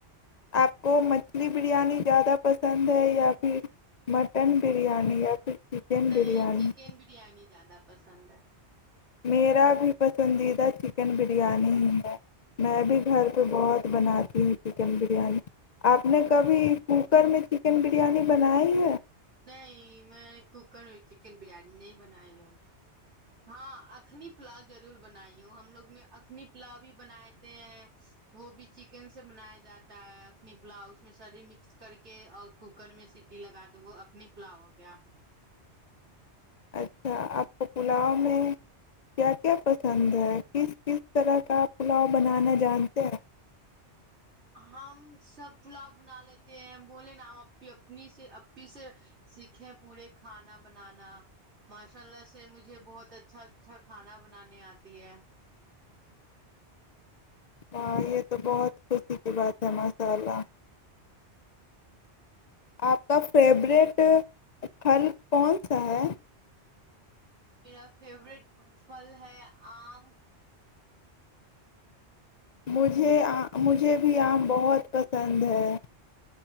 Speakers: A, on the left; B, on the right.
A: آپ کو مچھلی بریانی زیادہ پسند ہے یا پھر مٹن بریانی یا پھر چکن
B: نہیں
A: بریانی
B: چکن بریانی زیادہ پسند ہے
A: میرا بھی پسندیدہ چکن بریانی ہی ہے میں بھی گھر پہ بہت بناتی ہوں چکن بریانی آپ نے
B: ہاں
A: کبھی کوکر میں چکن بریانی بنائی ہے
B: نہیں میں کوکر چکن بریانی نہیں بنائی ہوں ہاں اخنی پلاؤ ضرور بنائی ہوں ہم لوگ میں اخنی پلاؤ بھی بنے ہیں وہ بھی چکن سے بنایا جاتا ہے اخنی پلاؤ اس میں ساریے مکس کر کے اور کوکر میں سیٹی لگا دو وہ اخنی پلاؤ ہو گیا
A: اچھا آپ کو پلاؤ میں کیا کیا پسند ہے کس کس طرح کا پلاؤ بنانا جانتے ہیں
B: ہم سب پلاؤ بنا لیتے ہیں بولے نا ہم اپ اپنی سے اپی سے سیکھے پورے کھانا بنانا ماشاء اللہ سے مجھے بہت اچھا اچھا کھانا بنانے آتی ہے
A: ہاں یہ تو بہت خوشی کی بات ہے ماشاء اللہ آپ کا فیوریٹ پھل کون سا ہے
B: میرا فیورٹ پھل ہے آم
A: مجھے مجھے بھی آم بہت پسند ہے